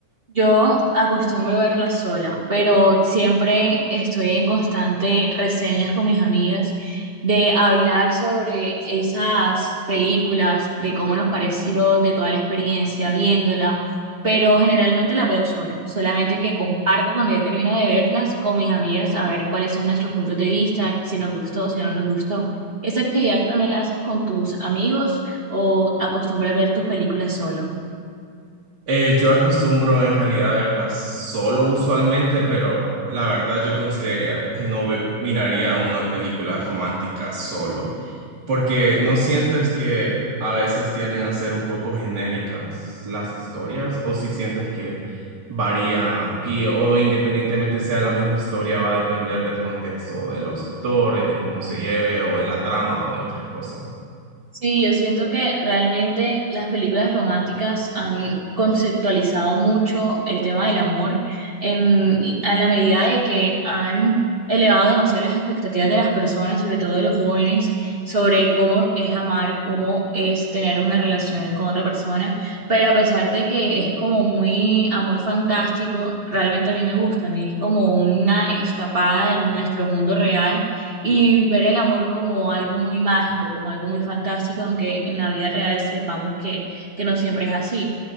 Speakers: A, on the right (about 50°); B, on the right (about 35°).
A: Yo acostumbro verla sola, pero siempre estoy en constante reseñas con mis amigas de hablar sobre esas películas, de cómo nos pareció, de toda la experiencia viéndola, pero generalmente la veo sola, solamente que comparto cuando ya termino de verlas con mis amigas a ver cuáles son nuestros puntos de vista, si nos gustó, si no nos gustó. ¿Esa actividad tú también la haces con tus amigos o acostumbras ver tus películas solo?
B: Eh, yo acostumbro en realidad verlas solo usualmente, pero la verdad yo consideraría que no ve- miraría una película romántica solo, porque no sientes que a veces tienden a ser un poco genéricas las historias, o si sientes que varía y o independientemente sea la misma historia va a depender del contexto de los actores, de cómo se lleve o de la trama o de otras cosas.
A: Sí, yo siento que realmente las películas románticas han conceptualizado mucho el tema del amor en, a la medida de que han elevado demasiado las expectativas de las personas, sobre todo de los jóvenes, sobre cómo es amar, cómo es tener una relación con otra persona, pero a pesar de que es como muy amor fantástico, realmente a mí me gustan, es como una escapada de nuestro mundo real y ver el amor como algo muy mágico, como algo muy fantástico, aunque en la vida real sepamos que, que no siempre es así.